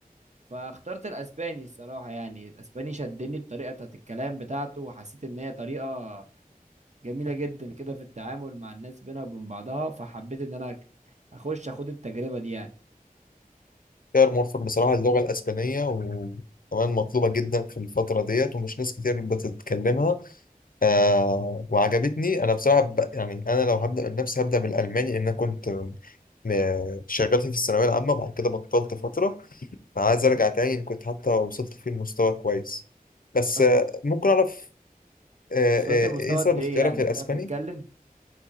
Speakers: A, on the right (about 50°); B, on the left (about 65°).
A: فاخترت الاسباني الصراحه يعني الاسباني شدني الطريقه بتاعت الكلام بتاعته وحسيت ان هي طريقه جميله جدا كده في التعامل مع الناس بينها وبين بعضها فحبيت ان انا أك- اخش اخد التجربه دي يعني
B: خيار موفق بصراحة اللغة الأسبانية وكمان مطلوبة جدا في الفترة ديت ومش ناس كتير بتتكلمها آه وعجبتني أنا بصراحة ب... يعني أنا لو هبدأ من نفسي هبدأ بالألماني لأن أنا كنت م- شغال فيه في الثانوية العامة وبعد كده بطلت فترة فعايز أرجع تاني إن كنت حتى وصلت فيه لمستوى كويس بس
A: وصلت
B: آه، ممكن أعرف آه،
A: وصلت
B: آه،
A: لمستوى
B: إيه سبب
A: قد ايه
B: اختيارك
A: يعني
B: للأسباني؟
A: بتعرف تتكلم